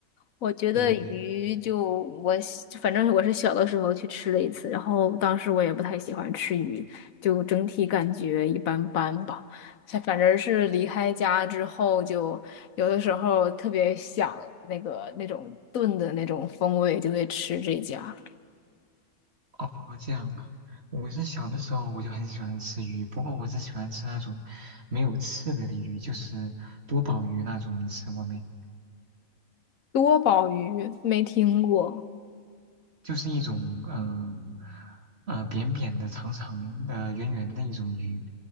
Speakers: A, on the left; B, on the right.
A: 我觉得鱼就我喜反正我是小的时候去吃了一次，
B: 对呀，对。
A: 然后当时我也不太喜欢吃鱼，就整体感觉一般般吧。像反正是离开家之后，就有的时候特别想那个那种炖的那种风味，就会吃这家。
B: 哦，这样啊。我是小的时候我就很喜欢吃鱼，不过我只喜欢吃那种没有刺的鱼，就是多宝鱼那种，你吃过没？
A: 多宝鱼没听过
B: 就是一种呃呃扁扁的、长长的、圆圆的一种鱼。